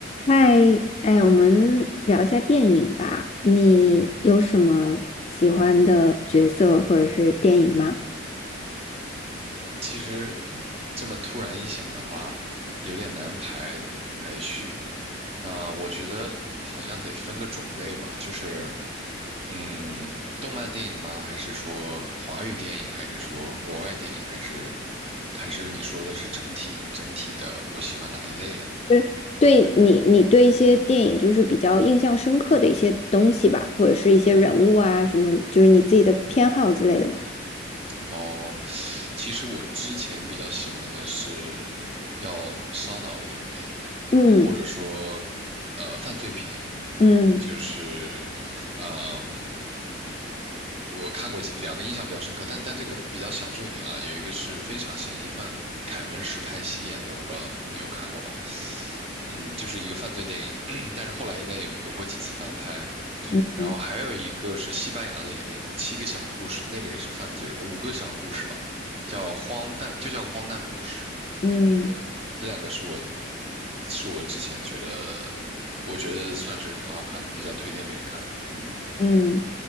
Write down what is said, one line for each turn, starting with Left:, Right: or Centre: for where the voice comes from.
Left: 嗨，哎，我们聊一下电影吧。你有什么喜欢的角色或者是电影吗？
Right: 其实这么突然一想的话，有点难排排序。啊、我觉得好像得分个种类吧，就是嗯，动漫电影吗？还是说华语电影？还是说国外电影？还是还是你说的是整体整体的？我喜欢哪一类的？
Left: 就是对你，你对一些电影就是比较印象深刻的一些东西吧，或者是一些人物啊什么，就是你自己的偏好之类的吧。
Right: 哦，其实我之前比较喜欢的是要烧脑一点的电影，
Left: 嗯
Right: 或者说，呃，犯罪片，
Left: 嗯
Right: 就是，嗯，我看过几两个印象比较深刻，但但这个比较小众一点啊，有一个是《非常嫌疑犯》，凯文·史派西演的，我不知道你有看过吗？嗯，就是一个犯罪电影，但是后来应该有有过几次翻拍，
Left: 嗯
Right: 然后还有一个是西班牙的一个电影《七个小故事》，那个也是犯罪的，五个小故事吧，叫荒诞，就叫荒诞故事。
Left: 嗯
Right: 对，这两个是我是我之前觉得我觉得算是很好看的，比较推荐别人看的嗯，
Left: 嗯，